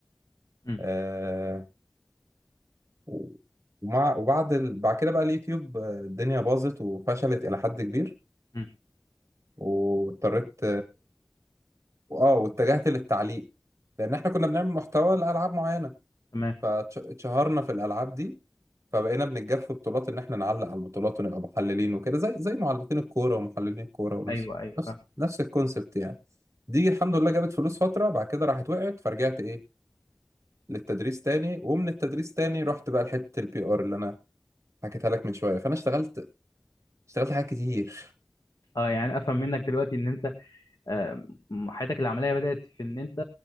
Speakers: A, on the left; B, on the right.
A: مم.
B: آه و- ومع وبعد ال... بعد كده بقى اليوتيوب آه، الدنيا باظت وفشلت إلى حد كبير
A: مم.
B: واضطريت واه واتجهت للتعليق لان احنا كنا بنعمل محتوى لالعاب معينه
A: تمام
B: فاتشهرنا في الالعاب دي فبقينا بنتجاب في بطولات ان احنا نعلق على البطولات ونبقى محللين وكده زي زي معلقين الكوره ومحللين الكوره ونفس
A: ايوه ايوه
B: نفس
A: فاهم
B: نفس الكونسبت يعني دي الحمد لله جابت فلوس فتره بعد كده راحت وقعت فرجعت ايه للتدريس تاني ومن التدريس تاني رحت بقى لحته البي ار اللي انا حكيتها لك من شويه فانا اشتغلت اشتغلت حاجات كتير
A: اه يعني افهم منك دلوقتي ان انت آه، م- حياتك العمليه بدات في ان انت